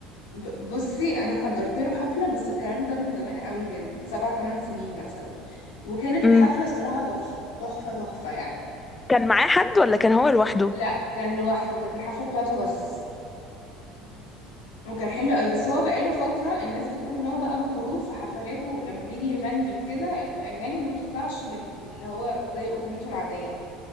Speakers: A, on the left (about 65°); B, on the left (about 15°).
A: ب- بصي انا حضرت له حفلة بس الكلام ده من زمان قوي من سبع تمن سنين مثلا وكانت الحفلة
B: امم
A: الصراحة تحفة تحفة تحفة يعني
B: كان معاه حد ولا كان هو لوحده
A: لا كان لوحده كانت الحفلة بتاعته بس وكان حلو قوي بس هو بقاله فترة الناس بتقول ان هو بقى مغرور في حفلاته لما بيجي يغني وكده الاغاني ما بتطلعش بال... باللي هو زي اغنيته العادية